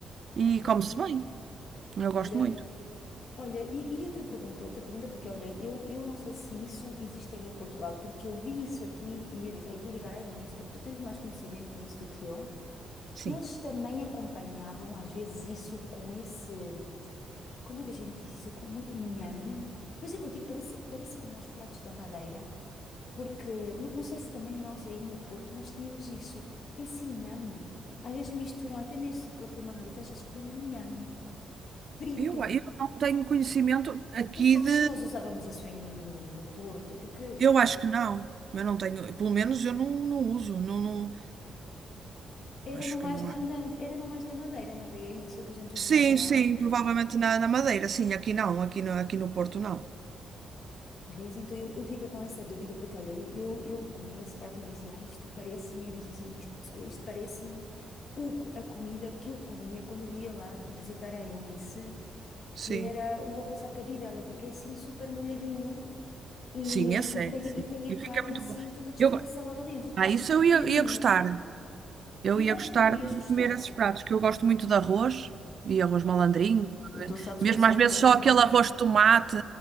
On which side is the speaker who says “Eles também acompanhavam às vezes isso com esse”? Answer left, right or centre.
Left